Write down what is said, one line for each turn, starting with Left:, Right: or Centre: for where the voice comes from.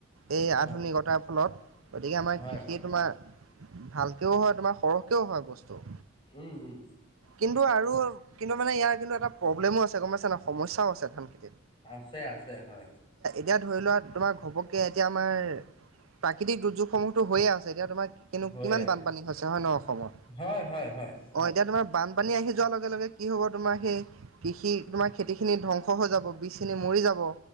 Right: এই
Left: হয়
Right: আধুনিকতাৰ ফলত গতিকে আমাৰ
Left: হয়
Right: কৃষিয়ে
Left: হয়
Right: তোমাৰ ভালকেও হয় তোমাৰ সৰহকেও হয় বস্তু
Left: উম উম।
Right: কিন্তু আৰু কিন্তু মানে ইয়াৰ কিন্তু এটা প্ৰব্লেমো আছে গম পাইছে না সমস্যাও আছে ধানখিনি
Left: আছে আছে হয়।
Right: এতিয়া ধৰি লোৱা তোমাৰ ঘপকে এতিয়া আমাৰ প্ৰাকৃতিক দুৰ্যোগসমূহতো হৈয়ে আছে। এতিয়া তোমাৰ
Left: হৈ
Right: কিমান
Left: আছে
Right: বানপানী হৈছে হয় ন অসমত
Left: হয় হয় হয়
Right: অ এতিয়া তোমাৰ বান পানী আহি যোৱাৰ লগে লগে কি হ'ব তোমাৰ সেই কৃষি তোমাৰ খেতিখিনি ধ্বংস হৈ যাব বীজখিনি মৰি যাব।